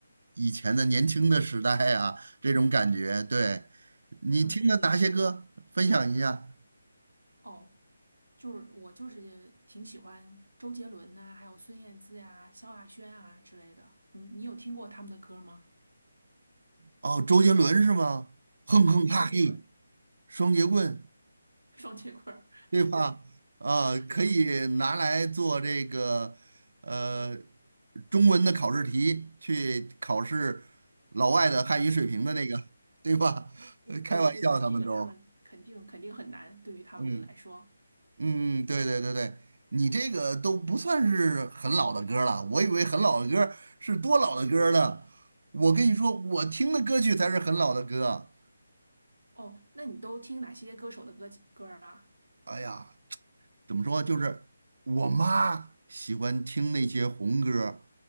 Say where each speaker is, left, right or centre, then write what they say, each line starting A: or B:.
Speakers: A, on the right (about 60°); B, on the right (about 80°).
A: 以前的年轻的时代啊，<laughs> 这种感觉。对，你听了哪些歌？
B: 嗯，
A: 分享一下。
B: 哦，就是我就是挺喜欢周杰伦呐、还有孙燕姿呀、萧亚轩啊之类的。你你有听过他们的歌吗？
A: 哦，周杰伦是吗？哼哼哈嘿，
B: 啊，对，周杰伦，
A: 双截棍。
B: <laughs> 双截棍儿，<laughs>
A: 对吧？
B: 对
A: 啊，
B: 对。
A: 可以拿来做这个呃中文的考试题，去考试老外的汉语水平的那个，对吧？
B: 不会，
A: <laughs> 开玩笑，
B: 对对对，
A: 他们都，
B: 这个他们肯定肯定很难，对于他们来说。
A: 嗯嗯，对对对对，你这个都不算是很老的歌儿了，我以为很老的歌儿是多老的歌儿呢。我跟你说，我听的歌曲才是很老的歌。
B: 哦，那你都听哪些歌手的歌歌儿啊？
A: 哎呀，怎么说，就是我妈喜欢听那些红歌